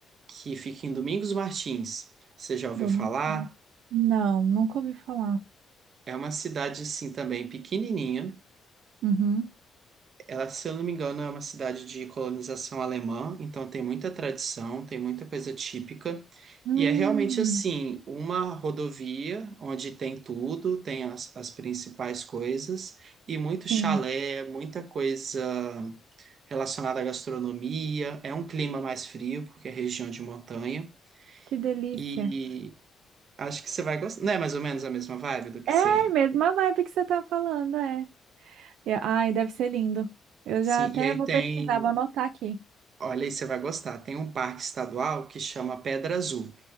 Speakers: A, on the right (about 60°); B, on the right (about 85°).
A: que fica em Domingos Martins. Você já ouviu
B: domingo?
A: falar?
B: né? Não, nunca ouvi falar.
A: É uma cidade, assim, também pequenininha.
B: Uhum.
A: Ela, se eu não me engano, é uma cidade de colonização alemã, então tem muita tradição, tem muita coisa típica.
B: Hum,
A: E é realmente, assim, uma rodovia onde tem tudo, tem as, as principais coisas, e muito chalé,
B: sim.
A: muita coisa relacionada à gastronomia. É um clima mais frio, porque é região de montanha.
B: Que delícia.
A: E acho que você vai gostar. Não é mais ou menos a mesma vibe do que
B: É,
A: você.
B: mesma vibe que você tá falando, é. É, Ai, deve ser lindo. Eu
A: Sim,
B: já até
A: e aí
B: vou
A: tem.
B: pesquisar, vou anotar aqui.
A: Olha aí, você vai gostar. Tem um parque estadual que chama Pedra Azul,